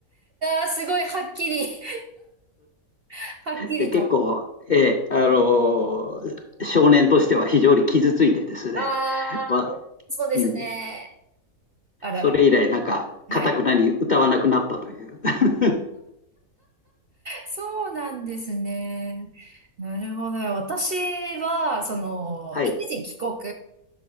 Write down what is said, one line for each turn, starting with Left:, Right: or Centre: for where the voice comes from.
Right: ああ、すごい、はっきり、<laughs> はっきりと。
Left: で結構、えーあのー少年としては非常に傷ついてですね、
Right: あ
Left: まあ
Right: あ、そうですね。
Left: うん、
Right: あららら。
Left: それ以来、なんか、かたくなに歌わなくなったという。
Right: はい。
Left: <laughs>
Right: そうなんですね。なるほど。私は、その、
Left: はい、
Right: 一時帰国